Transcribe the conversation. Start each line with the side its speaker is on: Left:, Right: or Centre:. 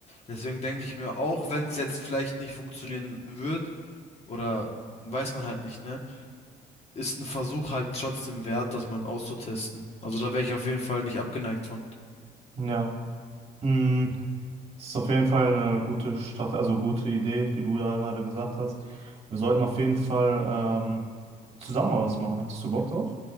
Left: Deswegen denke ich mir, auch wenn es jetzt vielleicht nicht funktionieren wird, oder weiß man halt nicht, ne? Ist ein Versuch halt trotzdem wert, das mal auszutesten. Also da wäre ich auf jeden Fall nicht abgeneigt von.
Right: Ja, mm, das ist auf jeden Fall eine gute Strategie, also gute Idee, die du da gerade gesagt hast. Wir sollten auf jeden Fall ähm, zusammen mal was machen. Hättest du Bock drauf?